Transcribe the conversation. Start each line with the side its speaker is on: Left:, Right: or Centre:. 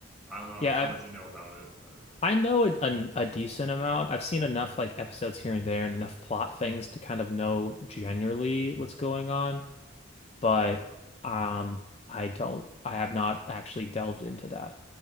Centre: I don't know
Left: Yeah,
Centre: how much you know about it, but
Left: I know a, a, a decent amount. I've seen enough like episodes here and there and enough plot things to kind of know generally what's going on, but um I don't I have not actually delved into that.